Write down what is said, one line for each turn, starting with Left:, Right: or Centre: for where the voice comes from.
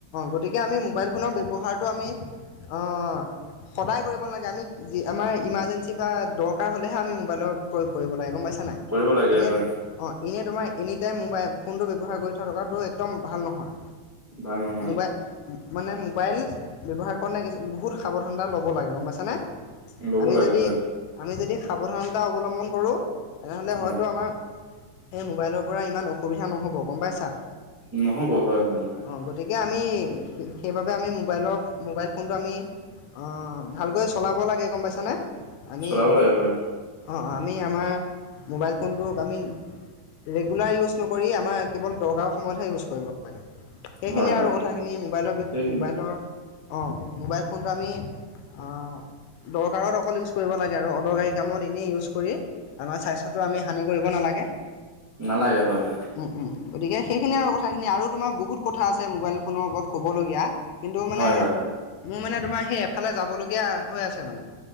Left: গতিকে আমি মোবাইল ফোনৰ ব্যৱহাৰটো আমি অ' সদায় কৰিব নালাগে, আমি যি আমাৰ ইমাৰ্জেঞ্চি বা দৰকাৰ হ'লে হে আমি মোবাইলৰ প্ৰয়োগ কৰিব লাগে গম পাইছা? নাই,
Right: কৰিব লাগে
Left: এনেয়াত
Right: হয়
Left: অ'। ইনে তোমাৰ এনি টাইম মোবাইল ফোনটো ব্যৱহাৰ কৰি থ- থকাটো একদম ভাল নহয়।
Right: ভাল নহ।
Left: মোবাই, মানে মোবাইল ব্যৱহাৰ কৰণে বহুত সাৱধানতা ল'ব লাগে গম পাইছানে?
Right: ল'ব
Left: আমি
Right: লাগে
Left: যদি,
Right: হয়
Left: আমি যদি সাৱধানতা অৱলম্বন কৰোঁ তেনেহ'লে
Right: হয়
Left: হয়তো আমাৰ সেই মোবাইলৰ পৰা ইমান অসুবিধা নহ'ব গম পাইছা?
Right: নহ'ব হয়, হয়, হয়।
Left: অঁ গতিকে আমি, সেইবাবে আমি মোবাইলৰ মোবাইল ফোনটো আমি অ'ভালকৈ চলাব লাগে গম পাইছানে? আমি,
Right: চলাব লাগে হয়
Left: অ', আমি আমাৰ মোবাইল ফোনটোক আমি ৰেগুলাৰ ইউজ নকৰি আমাৰ কেৱল দৰকাৰৰ সময়তহে ইউজ কৰিব লাগে সেইখিনি
Right: হয় হয়
Left: আৰু কথাখিনি
Right: হয়
Left: মোবাইলৰ বিষ
Right: সেইখিনিয়ে
Left: মোবাইলৰ অ মোবাইল ফোনটো আমি অ দৰকাৰত অকল ইউজ কৰিব লাগে আৰু অদৰকাৰী কামত এনেই ইউজ কৰি আমাৰ স্বাস্থ্যটো আমি হানি কৰিব নালাগে
Right: নালাগে হয় হয়
Left: উম উম গতিকে সেইখিনি আৰু কথাখিনি আৰু তোমাৰ বহুত কথা আছে মোবাইল ফোনৰ ওপৰত ক'বলগীয়া কিন্তু মানে,
Right: হয় হয় হয়
Left: মোৰ মানে তোমাৰ সেই এফালে যাবলগীয়া হৈ আছে মানে।